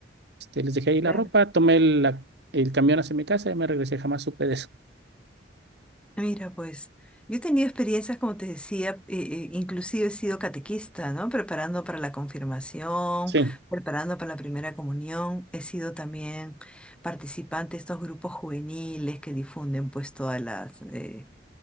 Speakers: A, on the right (about 60°); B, in the centre.
A: este, les dejé ahí la
B: Claro.
A: ropa, tomé el, la, el camión hacia mi casa y me regresé, jamás supe de eso.
B: mira, pues yo he tenido experiencias, como te decía, eh, eh, inclusive he sido catequista, ¿no? Preparando para la confirmación,
A: Sí,
B: preparando para la primera comunión, he sido también participante de estos grupos juveniles que difunden pues todas las... eh,